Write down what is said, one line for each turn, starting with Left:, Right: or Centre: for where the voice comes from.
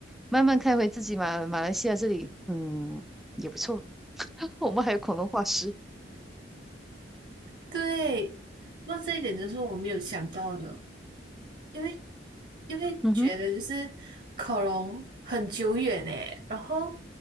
Centre: 慢慢看回自己马马来西亚这里，嗯，也不错，<laughs> 我们还有恐龙化石。
Right: 对，那这一点真是我没有想到的。因为因为觉得就是恐龙很久远诶，
Centre: 嗯哼。
Right: 然后